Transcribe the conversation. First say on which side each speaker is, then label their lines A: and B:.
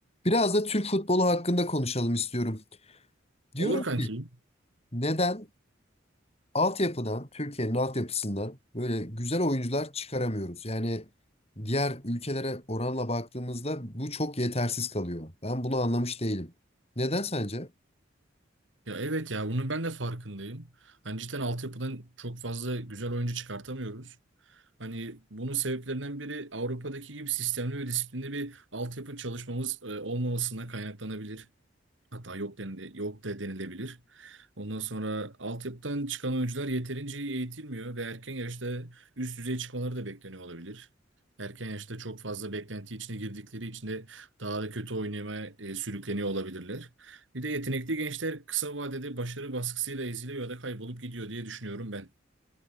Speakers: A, on the left; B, on the right.
A: Biraz da Türk futbolu hakkında konuşalım istiyorum.
B: Olur
A: Diyorum
B: kanki.
A: ki neden altyapıdan, Türkiye'nin altyapısından böyle güzel oyuncular çıkaramıyoruz? Yani diğer ülkelere oranla baktığımızda bu çok yetersiz kalıyor. Ben bunu anlamış değilim. Neden sence?
B: Ya evet ya bunun ben de farkındayım. Hani cidden altyapıdan çok fazla güzel oyuncu çıkartamıyoruz. Hani bunun sebeplerinden biri Avrupa'daki gibi sistemli ve disiplinli bir altyapı çalışmamız e, olmamasına kaynaklanabilir. Hatta yok denile, yok da denilebilir. Ondan sonra altyapıdan çıkan oyuncular yeterince iyi eğitilmiyor ve erken yaşta üst düzey çıkmaları da bekleniyor olabilir. Erken yaşta çok fazla beklenti içine girdikleri için de daha da kötü oynamaya e, sürükleniyor olabilirler. Bir de yetenekli gençler kısa vadede başarı baskısıyla eziliyor ya da kaybolup gidiyor diye düşünüyorum ben.